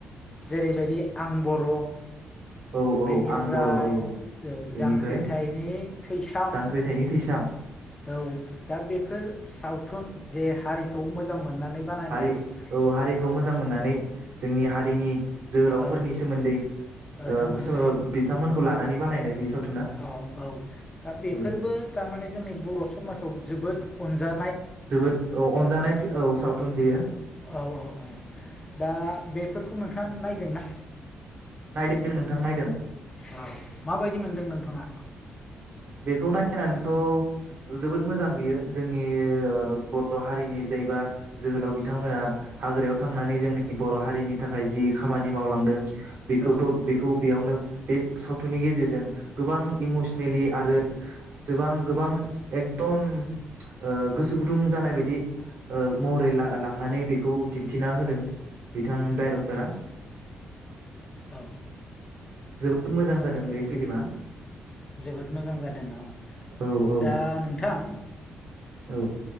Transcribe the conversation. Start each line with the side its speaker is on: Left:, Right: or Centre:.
Left: जेरैबायदि आं बर'
Right: औ औ
Left: बेनिफ्राय
Right: आं बर' औ बेनिफ्राय
Left: जांख्रिथायनि थैसाम
Right: जांख्रिथायनि थैसाम
Left: औ दा बेफोर सावथुन जे हारिखौ मोजां मोन नानै बानायनाय
Right: हारि औ हारिखौ
Left: औ
Right: मोजां मोननानै जोंनि हारिनि जोहोलावफोरनि
Left: औ ओ
Right: सोमोन्दै ओ
Left: सोमोन्दै
Right: <unintelligible> बिथांमोनखौ लानानै बानायनाय बे <unintelligible>
Left: औ औ दा बेफोरबो
Right: औ
Left: थारमाने जोंनि बर' समाजाव जोबोद अनजा
Right: जोबोद औ अनजानाय औ सावथुन बेयो।
Left: औ औ दा बेफोरखौ नोंथाङा नायदों ना?
Right: नायदों नोंथां नायदों।
Left: औ माबायदि मोनदों नोंथाङा?
Right: बेखौ नायनानैथ'। जोबोद मोजां बियो जोंनि ओ बर' हारिनि जायबा जोहोलाव बिथांमोना। हाग्रायाव थांनानै जोंनि बर' हारिनि थाखाय जि खामानि मावलांदों। बेखौथ'
Left: औ
Right: बेखौ बेयावनो बे सावथुननि गेजेरजों गोबां इमसनेलि आरो जबां गोबां एकदम ओ गोसो गुदुं जानाय ओ बायदि महरै। लांनानै बेखौ दिन्थिना होदों बिथां डाइरेक्टरा।
Left: औ
Right: जोबोद मोजां जादों बे फिल्मा।
Left: जोबोद मोजां जादों औ
Right: औ औ
Left: दा नोंथां।
Right: औ